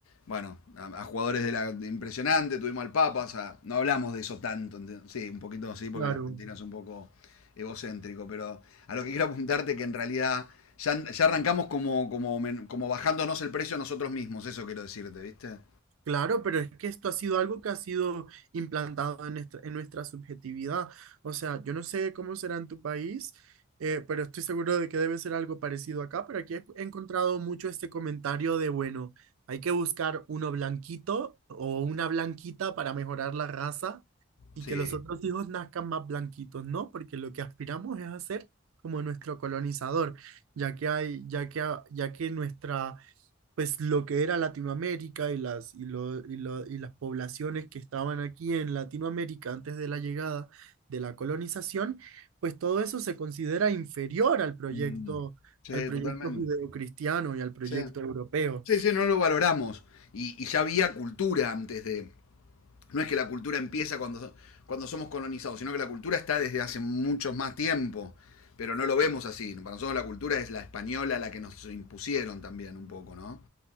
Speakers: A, on the left; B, on the right.
A: bueno, a, a jugadores de la de impresionante, tuvimos al Papas, a- no hablamos de eso tanto, ente- sí, un poquito sí, porque
B: claro.
A: la Argentina es un poco egocéntrico, pero a lo que quiero apuntarte que en realidad ya, ya arrancamos como, como, como bajándonos el precio a nosotros mismos, eso quiero decirte, ¿viste?
B: Claro, pero es que esto ha sido algo que ha sido implantado en nuestra, en nuestra subjetividad. O sea, yo no sé cómo será en tu país, eh, pero estoy seguro de que debe ser algo parecido acá. Pero aquí he he encontrado mucho este comentario de, bueno, hay que buscar uno blanquito o una blanquita para mejorar la raza y
A: Sí.
B: que los otros hijos nazcan más blanquitos, ¿no? Porque lo que aspiramos es hacer como nuestro colonizador, ya que hay, ya que, ya que nuestra pues lo que era Latinoamérica y las, y lo- y lo- y las poblaciones que estaban aquí en Latinoamérica antes de la llegada de la colonización, pues todo eso se considera inferior al proyecto,
A: Mm. Sí,
B: al proyecto
A: totalmente.
B: judeocristiano y al proyecto
A: Sí,
B: europeo.
A: sí, sí, no lo valoramos. Y, y ya había cultura antes de, No es que la cultura empieza cuando, cuando somos colonizados, sino que la cultura está desde hace mucho más tiempo, pero no lo vemos así. Para nosotros la cultura es la española, la que nos impusieron también un poco, ¿no?